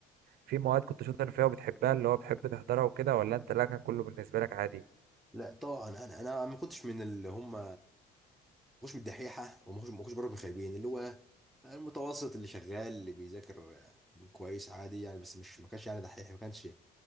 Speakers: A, on the right (about 65°); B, in the centre.
A: في مواد كنت شاطر فيها وبتحبها اللي هو بتحب تحضرها وكده ولا أنت لا كان كله بالنسبة لك عادي
B: لا طبعا انا انا ما كنتش من اللي هم مش من الدحيحه وما مش ما كنتش بره من الخايبين اللي هو المتوسط اللي شغال اللي بيذاكر كويس عادي يعني بس مش ما كانش يعني دحيح ما كانش